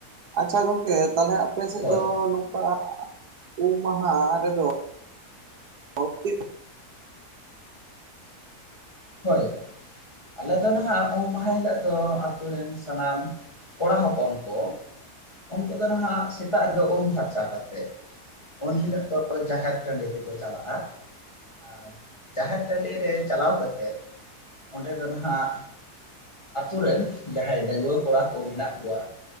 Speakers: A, on the right; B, on the left.
A: ᱟᱪᱪᱷᱟ ᱜᱚᱢᱠᱮ ᱛᱟᱦᱚᱞᱮ ᱟᱯᱮ ᱥᱮᱫ
B: ᱦᱳᱭ
A: ᱫᱚ ᱱᱚᱝᱠᱟ <inaudible> ᱩᱢ ᱢᱟᱦᱟ ᱨᱮᱫᱚ <unintelligible>
B: ᱦᱳᱭ, <inaudible> ᱟᱞᱮ ᱫᱚ ᱱᱟᱦᱟᱜ ᱩᱢ ᱦᱤᱞᱳᱜ ᱫᱚ ᱟᱛᱩ ᱨᱮᱱ ᱥᱟᱱᱟᱢ ᱠᱚᱲᱟ ᱦᱚᱯᱚᱱ ᱠᱚ <inaudible> ᱩᱱᱠᱩ ᱫᱚ ᱱᱟᱦᱟᱜ ᱥᱮᱛᱟᱜ ᱨᱮ ᱫᱚ ᱩᱢ ᱯᱷᱟᱨᱪᱟ ᱠᱟᱛᱮᱫ ᱩᱱ ᱦᱤᱞᱳᱜ ᱫᱚ ᱡᱟᱦᱮᱨ ᱴᱟᱺᱰᱤ ᱛᱮᱠᱚ ᱪᱟᱞᱟᱜ-ᱟ᱾ ᱟᱨ ᱡᱟᱦᱮᱨ ᱴᱟᱺᱰᱤ ᱨᱮ ᱪᱟᱞᱟᱣ ᱠᱟᱛᱮᱫ <inaudible> ᱚᱸᱰᱮ ᱫᱚ ᱱᱟᱦᱟᱜ ᱟᱛᱩ ᱨᱮᱱ ᱡᱟᱦᱟᱸᱭ ᱰᱟᱺᱜᱩᱣᱟᱹ ᱠᱚᱲᱟ ᱠᱚ ᱢᱮᱱᱟᱜ ᱠᱚᱣᱟ